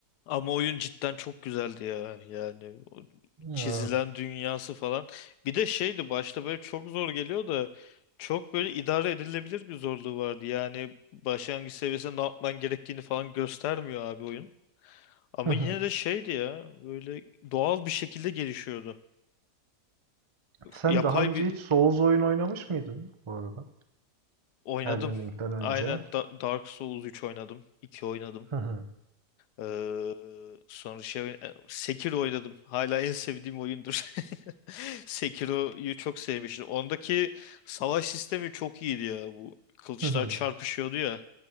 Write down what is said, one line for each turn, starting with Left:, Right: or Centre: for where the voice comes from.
Left: ama oyun cidden çok güzeldi ya. Yani o
Right: Evet.
Left: çizilen dünyası falan. Bir de şeydi başta böyle çok zor geliyor da çok böyle idare edilebilir bir zorluğu vardı. Yani başlangıç seviyesinde ne yapman gerektiğini falan göstermiyor abi oyun. Ama
Right: <laughs>
Left: yine de şeydi ya böyle doğal bir şekilde gelişiyordu.
Right: Sen
Left: Yapay
Right: daha önce
Left: bir
Right: hiç Souls oyun oynamış mıydın bu arada?
Left: Oynadım.
Right: Elden Ring'den önce.
Left: Aynen Da- Dark Souls üç oynadım. 2 oynadım.
Right: Hı hı.
Left: Ee, sonra şey Sekiro oynadım. Hala en sevdiğim oyundur. <laughs> Sekiro'yu çok sevmiştim. Ondaki savaş sistemi çok iyiydi ya. Bu kılıçlar
Right: Hı hı.
Left: çarpışıyordu ya.